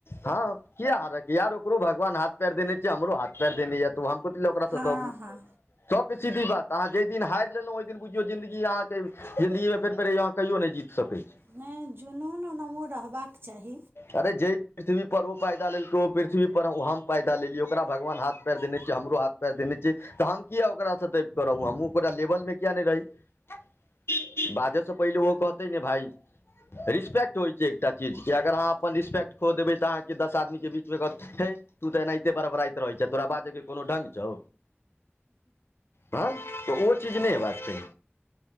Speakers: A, on the left (about 70°); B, on the right (about 60°).
A: हँ किया हारऽ क यार ओकरो भगवान हाथ पैर देने छैय हमरो हाथ पैर देने यै त हम कथी लै ओकरा
B: हँ
A: स दबू
B: हँ
A: सबसे सीधी बात अहाँ जे दिन हारि लेलहुँ ओहि दिन बुझियौ जिन्दगी अहाँके जिन्दगीमे फेर, फेर अहाँ कहियो नहि जीत सकय छी।
B: नहय जुनून ओनहो रहबाक चाही।
A: अरे जय पृथ्वी पर ओ पैदा लेलकै ओ पृथ्वी पर ओ हम पैदा लेलियै ओकरा भगवान हाथ पैर देने छैय हमरो हाथ पैर देने छैय त हम किया ओकारसँ दबिकऽ रहु हम ओकरा लेवलमे किया नहि रही। बाजसँ पहिले ओहो कहतै जे भाई रिस्पेक्ट होइ छैय एकटा चीज कि अगर अहाँ अपन रिस्पेक्ट खो देबै त अहाँके दस आदमीके बीचमे कहत हे तू त एनहिते बरबराइत रहैय छै तोरा बाजयके कोनो ढंग छौ। हँ त ओ चीज नहि
B: हँ
A: हेबाक
B: हँ
A: चाही।